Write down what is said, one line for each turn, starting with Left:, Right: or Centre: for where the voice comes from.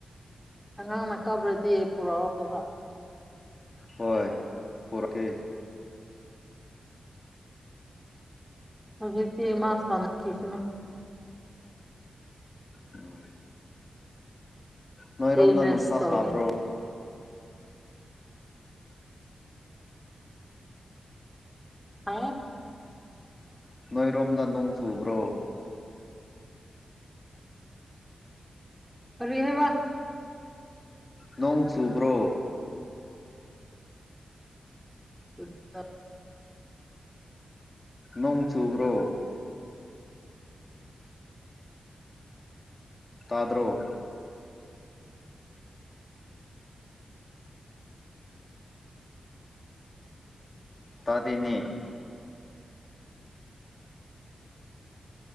Centre: ꯑꯉꯥꯡꯅ ꯀꯥꯞꯔꯗꯤ ꯄꯨꯔꯛꯑꯣ ꯍꯥꯏꯕ
Left: ꯍꯣꯏ ꯄꯨꯔꯛꯀꯦ
Centre: ꯍꯧꯖꯤꯛꯇꯤ ꯃꯥ ꯁꯥꯟꯅꯈꯤꯁꯨꯅꯨ
Left: ꯎꯝ ꯅꯣꯏꯔꯣꯝꯗ
Centre: ꯑꯩ ꯔꯦꯁ
Left: ꯅꯨꯡꯁꯥ
Centre: ꯇꯧꯒꯦ
Left: ꯁꯥꯕ꯭ꯔꯣ
Centre: ꯍꯥ
Left: ꯅꯣꯏꯔꯣꯝꯗ ꯅꯣꯡ ꯆꯨꯕ꯭ꯔꯣ
Centre: ꯀꯔꯤ ꯍꯥꯏꯕ
Left: ꯅꯣꯡ ꯆꯨꯕ꯭ꯔꯣ
Centre: <unintelligible>
Left: ꯅꯣꯡ ꯆꯨꯕ꯭ꯔꯣ ꯇꯥꯗ꯭ꯔꯣ ꯇꯥꯗꯦꯅꯦ